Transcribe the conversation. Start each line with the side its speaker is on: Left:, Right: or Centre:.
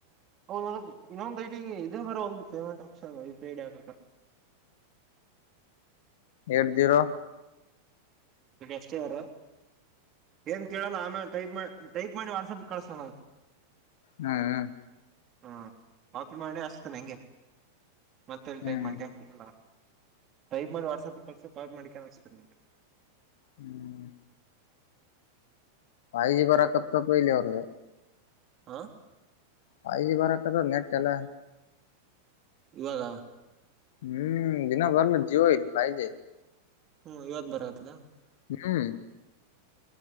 Right: ಹೌದ ಅ ಇನ್ನೊಂದು್ ಐ ಡಿ ಇದದೆ ಬರೋ ಒ ಪೇಮೆಂಟ್ ಆಪ್ಷನ್ ಪೇ ಡ್ ಆಗದ <inaudible>
Left: ಏಟ್ ಜೀರೋ
Right: ನಿಗ ಎಷ್ಟಿದ್ದಾರೆ ಏನ್ ಕೇಳಲ್ಲ ಆಮೇಲೆ ಟೈಪ್ ಮಾಡ ಟೈಪ್ ಮಾಡಿ ವಾಟ್ಸಪ್ಗೆ ಕಳಸೋಣ
Left: ಹ್ಮ್
Right: ಹಾ ವಾಪಿ ಮಾಡಿ ಹಸ್ತನೆ ನಂಗೆ ಮತ್ತೆಲ್ಲಿ
Left: ಹ್ಮ್
Right: ಟೈಪ್ ಮಾಡ್ಕ
Left: ಹ್ಮ್
Right: ಇಲ್ಲ ಟೈಪ್ ಮಾಡಿ ವಾಟ್ಸಆಪ್ ಕಲ್ಸ ಕಾಲ್ ಮಾಡಿಕ ಆಸಪಟ್
Left: ಹ್ಮ್ ವಾಯಜಿ ಬರಕತ್ತಪಲ್ಲ ಅವದು
Right: ಹಾ
Left: ಫೈ ಜಿ ಬರಕ್ಕದ ನೆಟ್ ಎಲ್ಲ
Right: ಇವಾಗ
Left: ಹ್ಮ್ ದಿನಭರಲು ಜೀವಲ್ಲ ಪೈಜೆ
Right: ಹ್ಮ್ ಇವತ್ ಬರತ್ತದಾ <unintelligible>
Left: ಹ್ಮ್